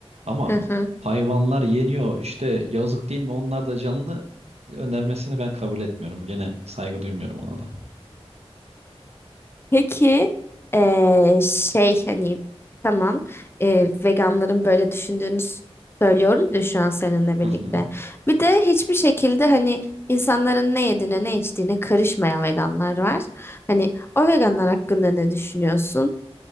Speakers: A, on the right; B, on the left.
A: Ama
B: <laughs>
A: hayvanlar yeniyor işte yazık değil mi onlar da canlı önermesini ben kabul etmiyorum. Gene saygı duymuyorum ona da.
B: Peki eee, şey hani tamam eee, veganların böyle düşündüğünü s- söylüyoruz ya şu an seninle birlikte.
A: Hı hı.
B: Bir de hiçbir şekilde hani insanların ne yediğine ne içtiğine karışmayan veganlar var. Hani o veganlar hakkında ne düşünüyorsun?